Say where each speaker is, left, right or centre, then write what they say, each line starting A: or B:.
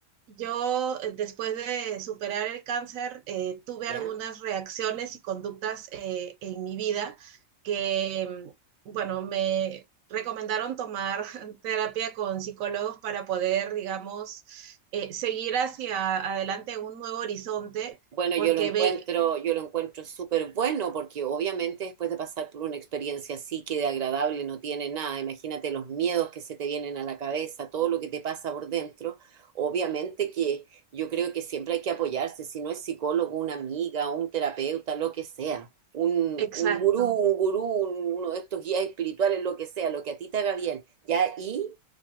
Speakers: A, on the right (about 80°); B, on the right (about 60°).
A: yo eh, después de superar el cáncer, eh, tuve
B: ¿Ya?
A: algunas reacciones y conductas eh, en mi vida que, mm, bueno, me recomendaron tomar <laughs> terapia con psicólogos para poder, digamos, eh, seguir hacia adelante un nuevo horizonte,
B: Bueno,
A: porque
B: yo lo encuentro,
A: ve-
B: yo lo encuentro súper bueno porque obviamente después de pasar por una experiencia así que de agradable no tiene nada, imagínate los miedos que se te vienen a la cabeza, todo lo que te pasa por dentro, obviamente que yo creo que siempre hay que apoyarse, si no es psicólogo, una amiga, un terapeuta, lo que sea, un,
A: Exacto.
B: un gurú, un gurú, un- uno de estos guías espirituales, lo que sea, lo que a ti te haga bien. Ya, y